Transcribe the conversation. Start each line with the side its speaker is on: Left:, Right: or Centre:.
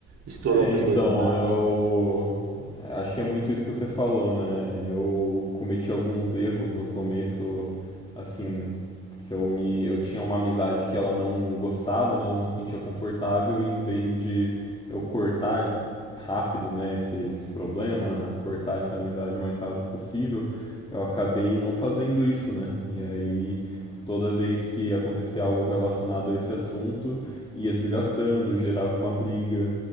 Right: Estourou
Left: É,
Right: para
Left: então,
Right: os dois lados?
Left: eu acho que é muito isso que você falou, né? Eu cometi alguns erros no começo, assim, que eu me eu tinha uma amizade que ela não gostava, né? Ela não se sentia confortável e em vez de eu cortar rápido, né, esse, esse problema, cortar essa amizade o mais rápido possível, eu acabei não fazendo isso, né? E aí toda vez que acontecia algo relacionado a esse assunto, ia desgastando, gerava uma briga.